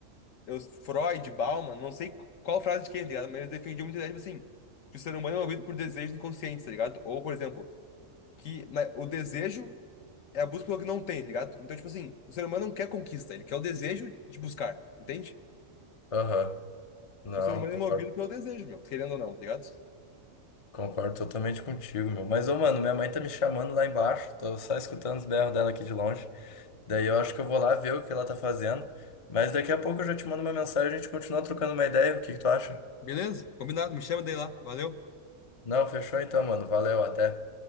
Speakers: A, on the left; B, on the left.
A: eu, Freud, Bauman, não sei qual frase de quem, tá ligado? Mas eles defendiam muito a ideia, tipo assim, que o ser humano é movido por desejos inconscientes, tá ligado? Ou, por exemplo, que na- o desejo é a busca pelo que não tem, tá ligado? Então, tipo assim, o ser humano não quer conquista, ele quer o desejo de buscar, entende?
B: Aham, Não,
A: O ser humano
B: concordo.
A: é movido pelo desejo, meu, querendo ou não, tá ligado?
B: Concordo totalmente contigo, meu. Mas, ô, mano, minha mãe tá me chamando lá embaixo. Tô só escutando os berros dela aqui de longe. Daí eu acho que eu vou lá ver o que ela tá fazendo. Mas daqui a pouco eu já te mando uma mensagem, e a gente continua trocando uma ideia. O que que tu acha?
A: Beleza? Combinado, me chama daí lá. Valeu.
B: Não, fechou então, mano. Valeu, até.